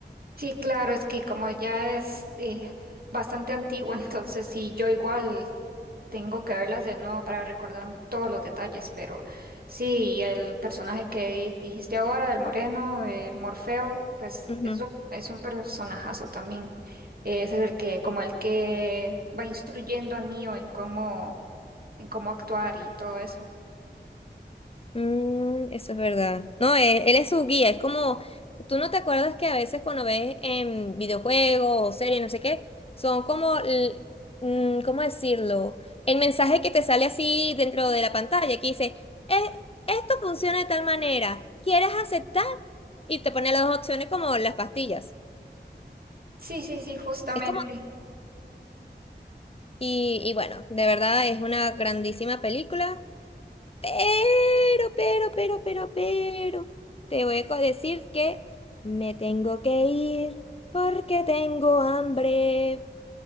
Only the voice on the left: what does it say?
Ujú.
Mm, eso es verdad. No, él, él es su guía, es como, tú no te acuerdas que a veces cuando ves en videojuegos o series, no sé qué, son como, l- mm, ¿cómo decirlo? El mensaje que te sale así dentro de la pantalla, que dice, "Eh, esto funciona de tal manera, ¿quieres aceptar? Y te pone las dos opciones como las pastillas.
Es como Y, y bueno, de verdad es una grandísima película, pero, pero, pero, pero, pero, te voy a co- decir que me tengo que ir porque tengo hambre.